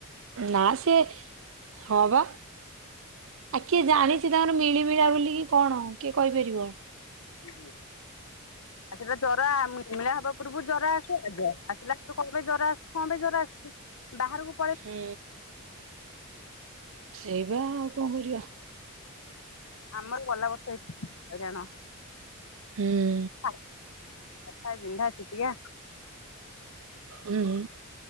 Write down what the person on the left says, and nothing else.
<unintelligible> ଆଉ ସେଇଟା ଜର ଆ ମିଳିମିଳା ହବା ପୂର୍ବରୁ ଜର ଆସେ ଏ ଜ ଆସିଲାଠୁରୁ କହିଲେ ଜର ଆସୁ କଁ ପାଇଁ ଜର ଆସୁ <unintelligible> ବାହାରୁକୁ
ଆମର ଗଲା ବର୍ଷ ହେ <inaudible> ହଇରାଣ।
<unintelligible> କଟା ବିନ୍ଧା ଛିଟିକା